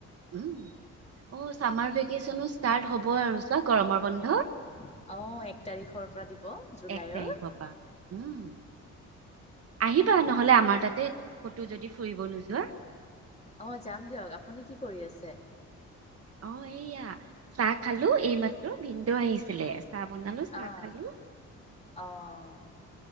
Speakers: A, on the right (about 50°); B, on the left (about 20°).
A: উম, অ' চামাৰ ভেকেচনো ষ্টাৰ্ট হ'ব আৰু চোৱা গৰমৰ বন্ধ
B: <unintelligible> অঁ এক তাৰিখৰ পৰা দিব, জুলাই
A: এক তাৰিখৰ
B: অৰ
A: পৰা। উম আহিবা নহ'লে, আমাৰ তাতে কটো যদি ফুৰিব নোযোৱা।
B: অ' যাম দিয়ক, আপুনি কি কৰি আছে?
A: অ' এইয়া চাহ খালোঁ, এই মাত্ৰ ভিন্নদে আহিছিলে। চাহ বনালো চাহ
B: আহ
A: খালো।
B: অহ'।